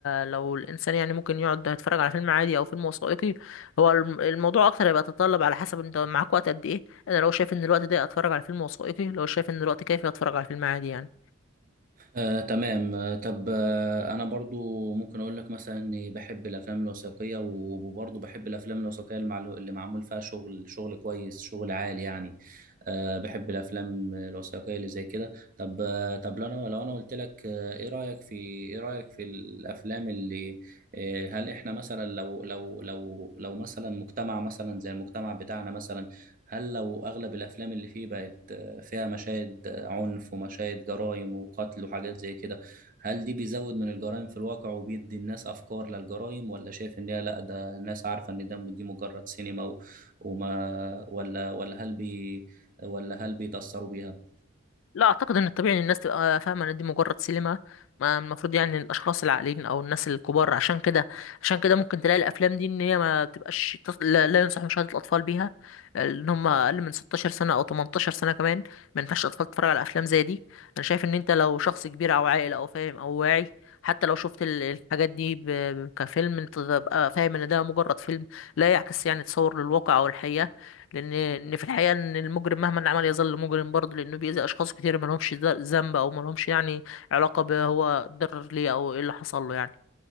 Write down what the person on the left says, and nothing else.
لو الإنسان يعني ممكن يقعد يتفرج على فيلم عادي أو فيلم وثائقي هو الم- الموضوع أكتر هيبقى يتطلب على حسب أنت معاك وقت قد إيه أنا لو شايف إن الوقت ده أتفرج على فيلم وثائقي لو شايف إن الوقت كافي أتفرج على فيلم عادي يعني
لا اعتقد ان الطبيعي ان الناس تبقى فاهمه ان دي مجرد سينما ما المفروض يعني الاشخاص العاقلين او الناس الكبار عشان كده عشان كده ممكن تلاقي الافلام دي ان هي ما تبقاش تص- لا, لا ينصح مشاهده الاطفال بيها ان هم اقل من 16 سنه او 18 سنه كمان ما ينفعش الاطفال تتفرج على افلام زي دي انا شايف ان انت لو شخص كبير او عاقل او فاهم او واعي حتى لو شفت ال- الحاجات دي ب- ب- كفيلم انت تبقى فاهم ان ده مجرد فيلم لا يعكس يعني تصور للواقع او الحقيقه لان ان في الحقيقه ان المجرم مهما عمل يظل مجرم برضه لانه بيأذي اشخاص كتير ما لهمش ذنب او ما لهمش يعني علاقه بهو اتضرر ليه او ايه اللي حصل له يعني